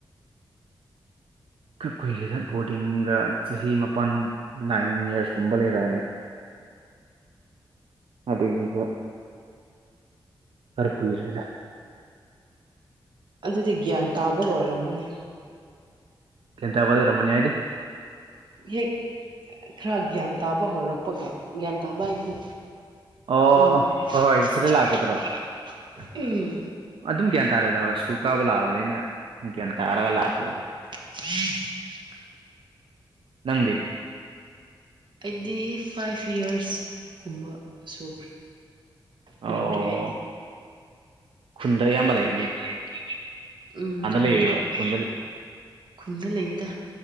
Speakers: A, on the right; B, on the right.
A: ꯈꯔ ꯀꯨꯏꯔꯦꯗ ꯕꯣꯔꯗꯤꯡꯒ ꯆꯍꯤ ꯃꯥꯄꯜ ꯅꯥꯏꯟ ꯌꯔꯁ ꯀꯨꯝꯕ ꯂꯩꯔꯛꯑꯦ <inaudible> ꯑꯗꯒꯤꯗꯤ ꯈꯔ ꯀꯨꯏꯔꯦꯗ
B: ꯑꯗꯨꯗꯤ ꯒ꯭ꯌꯥꯟ ꯇꯥꯕ ꯂꯣꯏꯔꯝꯃꯅꯤ
A: ꯒ꯭ꯌꯥꯟ ꯇꯥꯕ ꯂꯩꯔꯝꯃꯅꯤ ꯍꯥꯏꯗꯤ
B: ꯍꯦꯛ ꯈꯔ ꯒ꯭ꯌꯥꯟ ꯇꯥꯕ ꯍꯧꯔꯛꯄꯒ ꯒ꯭ꯌꯥꯟ ꯇꯥꯕ ꯍꯥꯏꯗꯤ
A: ꯑꯣ
B: ꯎꯝ
A: ꯍꯣꯏ ꯍꯣꯏ ꯁꯤꯗ ꯂꯥꯛꯄꯗ꯭ꯔꯣ
B: <unintelligible> ꯎꯝ
A: ꯑꯗꯨꯝ ꯒ꯭ꯌꯥꯟ ꯇꯥꯔꯦꯗ ꯍꯣꯏ ꯁ꯭ꯀꯨꯜ ꯀꯥꯕ ꯂꯥꯛꯑꯕꯅꯤꯅ ꯒꯌꯥꯟ ꯇꯥꯔꯒ ꯂꯥꯛꯈ꯭ꯔꯦꯗ
B: <unintelligible>
A: ꯅꯪꯗꯤ
B: ꯑꯩꯗꯤ ꯐꯥꯏꯚ ꯌꯔꯁ ꯀꯨꯝꯕ ꯁꯨꯈ꯭ꯔꯦ ꯀꯨꯏ
A: ꯑꯣ
B: <unintelligible>
A: ꯈꯨꯟꯗ ꯑꯌꯥꯝꯕ ꯂꯩ
B: <unintelligible> ꯎꯝ ꯈꯨꯟꯗ
A: ꯂꯩꯔꯤꯔꯣ
B: <unintelligible>
A: ꯈꯨꯟꯗ
B: ꯈꯨꯟꯗ ꯂꯩꯌꯦꯗ